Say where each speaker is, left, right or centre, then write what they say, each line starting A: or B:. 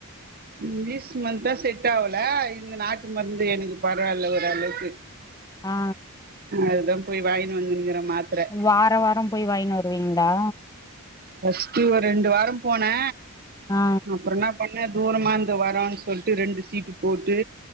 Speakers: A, on the right (about 45°); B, on the left (about 15°).
A: இங்கீலிஸ் மருந்து தா செட் ஆவல இந்த நாட்டு மருந்து எனக்கு பரவாயில்ல ஒரு அளவுக்கு
B: ஆ
A: அதுதா போய் வாங்கனு வந்துங்கிற மாத்ர
B: வாரம் வாரம் போய் வாங்கனு வருவீங்களா
A: பஸ்டு ஒரு ரெண்டு வாரம் போனே
B: ஆ
A: அப்பற நா பண்ண தூரமா இருந்து வரான்னு சொல்லிட்டு ரெண்டு சீட்டு போட்டு